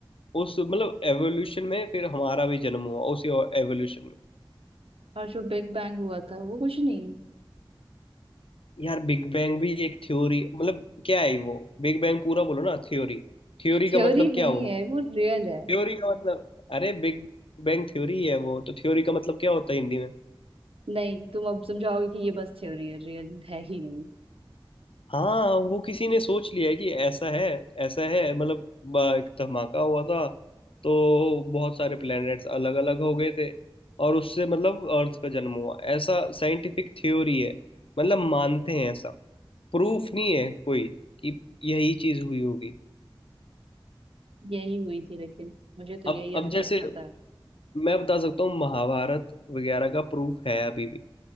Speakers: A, on the left; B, on the right.
A: उस मतलब एवोल्यूशन में फिर हमारा भी जन्म हुआ उसी एवोल्यूशन में
B: और जो बिग बैंग हुआ था वो कुछ नहीं है
A: यार बिग बैंग भी एक थ्योरी मतलब क्या है वो बिग बैंग पूरा बोलो ना थ्योरी थ्योरी
B: थ्योरी
A: का मतलब
B: नहीं
A: क्या हो
B: है वो रियल है
A: थ्योरी का मतलब अरे बिग बैंग थ्योरी है वो तो थ्योरी का मतलब क्या होता है हिंदी में
B: नहीं तुम अब समझाओगे कि ये बस थ्योरी है रियल है ही नहीं
A: हाँ वो किसी ने सोच लिया है कि ऐसा है ऐसा है मतलब ब- एक धमाका हुआ था तो बहुत सारे प्लैनेट्स अलग अलग हो गए थे और उससे मतलब अर्थ का जन्म हुआ ऐसा साइंटिफिक थ्योरी है मतलब मानते हैं ऐसा प्रूफ नहीं है कोई कि यही चीज हुई होगी
B: यही हुई थी लेकिन मुझे तो यही
A: अब
B: अभी
A: अब जैसे
B: तक पता है
A: मैं बता सकता हूँ महाभारत वगैरह का प्रूफ है अभी भी